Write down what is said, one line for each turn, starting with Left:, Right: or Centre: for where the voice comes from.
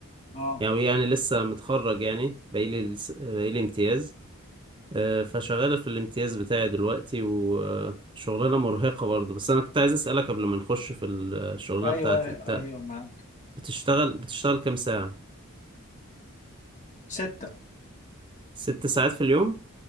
Left: اه
Right: يعني يعني لسه متخرج يعني بقيلي لس- بقيلي امتياز آه، فشغال في الامتياز بتاعي دلوقتي وشغلانة مرهقة برضه بس انا كنت عايز اسألك قبل ما نخش في الشغلانة
Left: ايوه
Right: بتاعتي انت
Left: ايوه معاك
Right: بتشتغل بتشتغل كام ساعة
Left: ستة
Right: ست ساعات في اليوم